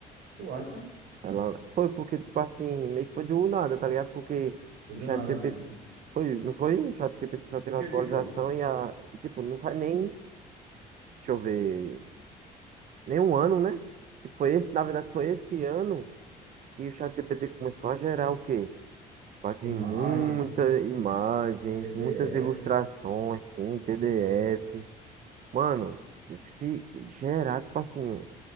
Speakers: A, on the right (about 80°); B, on the right (about 50°).
A: Tu acha?
B: Ela foi porque, tipo assim, meio que foi do nada, tá ligado? Porque
A: Foi
B: o
A: do
B: chat
A: nada
B: G GPT
A: mesmo. Por-
B: foi, não foi?
A: por-
B: O chat G GPT só teve
A: Porque,
B: atualização
A: tipo,
B: e a, e, tipo, não faz nem deixa eu ver, nem um ano, né? Tipo, foi esse, na verdade, foi esse ano que o ChatGPT começou a gerar o quê? Assim,
A: imagens,
B: muitas imagens,
A: PDF,
B: muitas ilustrações, sim, PDF. Mano, fi- gerar, tipo assim, um